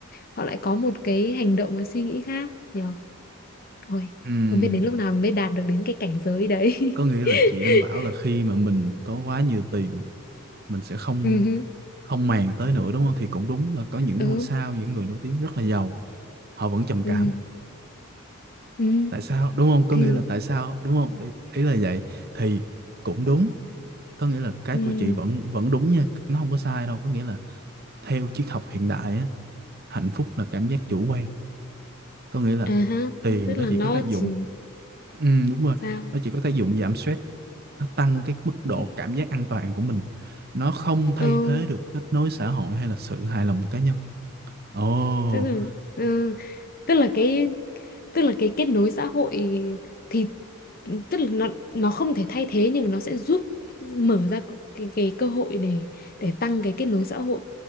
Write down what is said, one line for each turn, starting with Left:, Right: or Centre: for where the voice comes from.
Left: họ lại có một cái hành động và suy nghĩ khác nhờ ôi
Right: Ừm,
Left: không biết đến lúc nào mới đạt được đến cái cảnh giới đấy
Right: có nghĩa là
Left: <laughs>
Right: chị đang bảo là khi mà mình có quá nhiều tiền mình sẽ không
Left: ừ hứ,
Right: không màng tới nữa đúng không thì cũng đúng là có những
Left: ừ
Right: ngôi sao những người nổi tiếng rất là giàu họ vẫn trầm cảm
Left: ừ ừ
Right: tại sao đúng không có
Left: thì
Right: nghĩa là tại sao đúng không ý, ý là vậy thì cũng đúng có nghĩa là cái
Left: ừ
Right: của chị vẫn vẫn đúng nha nó không có sai đâu có nghĩa là theo triết học hiện đại á hạnh phúc là cảm giác chủ quan có nghĩa là
Left: à ha
Right: tiền
Left: tức
Right: nó
Left: là
Right: chỉ
Left: nó
Right: có tác dụng
Left: chỉ
Right: ừ, đúng rồi
Left: sao
Right: nó chỉ có tác dụng giảm stress nó tăng cái mức độ
Left: ừ
Right: cảm giác an toàn của mình nó không thay
Left: ừ,
Right: thế được kết nối xã hội hay là sự hài lòng cá nhân Ồ.
Left: tức là ừ, tức là cái tức là cái kết nối xã hội thì tức là nó nó không thể thay thế nhưng mà nó sẽ giúp mở ra cái, cái cơ hội để để tăng cái kết nối xã hội